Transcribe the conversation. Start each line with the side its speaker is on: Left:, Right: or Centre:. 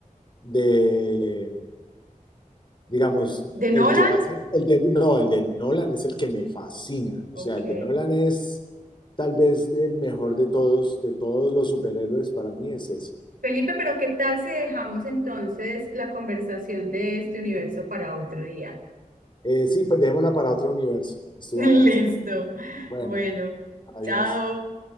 Left: de, digamos,
Right: ¿De Nolan?
Left: el que hace, el de, no, el de Nolan es el que me fascina. O
Right: Ok.
Left: sea, el de Nolan es tal vez el mejor de todos, de todos los superhéroes, para mí es ese.
Right: Felipe, pero ¿qué tal si dejamos entonces la conversación de este universo para otro día?
Left: Eh, sí, pues dejémosla para otro universo.
Right: <laughs>
Left: Estoy
Right: Listo.
Left: de acuerdo. Bueno,
Right: Bueno,
Left: adiós.
Right: chao.